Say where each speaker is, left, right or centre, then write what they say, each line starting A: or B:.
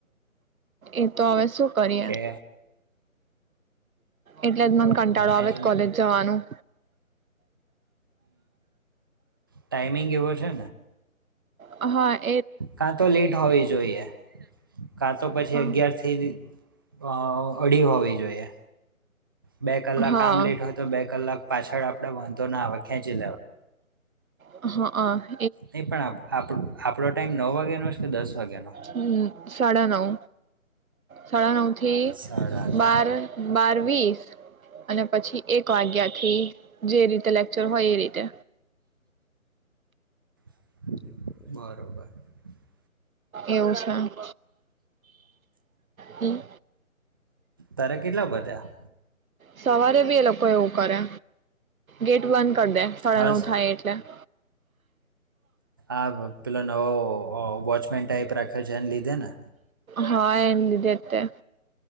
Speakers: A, on the right; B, on the right.
A: એતો હવે કરીએ
B: કે
A: એટલે જ મને કંટાળો
B: મેનેજમેન્ટ
A: આવે કોલેજ જવાનું.
B: ટાાઈમિંગ એવો છે.
A: હ.
B: કા તો લેટ હોવી જોઈએ કા તો પછી
A: હા
B: અગિયાર થી અ અડી હોવી જોઈએ. બે કલાક
A: હા
B: કામ લેટ હોય તો બે કલાક પાછળ આપડે વાંધ ના. ખેંચી
A: હ.
B: નહી પણ આપડો ટાઈમ નવ વાગ્યાનો કે દસ? વાગ્યાનો?
A: હમ્મ સાડા નવ. સાડા ન થી
B: સાડા નવ
A: બાર બાર વીસ અને પછી એક વાગ્યાથી જે રીતે લેક્ચર હોય એ રીતે.
B: <inaudible>
A: એવું છે. હમ્મ.
B: તારે કેટલા બધ્યા?
A: સવારે બી એ લોકો એવું કરે ગેટ વન કરી દે સાડા
B: હસ
A: નવ થાય એટલે. <inaudible>
B: આ પેલો નવો વોચમેન ટાઈપ રાખ્યો છે એને લીધે. ને
A: હા એમ લીધે તે.